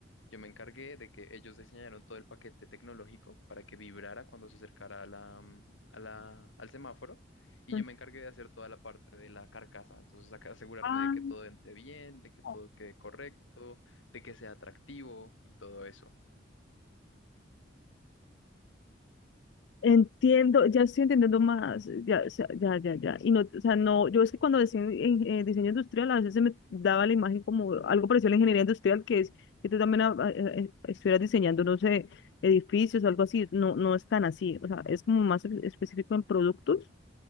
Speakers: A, on the left (about 80°); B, on the left (about 60°).
A: Yo me encargué de que ellos diseñaron todo el paquete tecnológico para que vibrara cuando se acercara a la, mm, a la- al semáforo y
B: pues,
A: yo me encargué de hacer toda la parte de la carcasa. Entonces, acá asegurarme
B: Ah,
A: de que todo entre bien, de que
B: ok.
A: todo quede correcto, de que sea atractivo y todo eso.
B: Entiendo, ya estoy entendiendo más, ya, o sea, ya, ya, ya. Y no, o sea, no, yo es que cuando decía en- en eh, diseño industrial, a veces se me daba la imagen como algo parecido a la ingeniería industrial, que es que tú también ah, ah, eh, estuvieras diseñando, no sé, edificios o algo así. No, no es tan así, o sea, es como más específico en productos.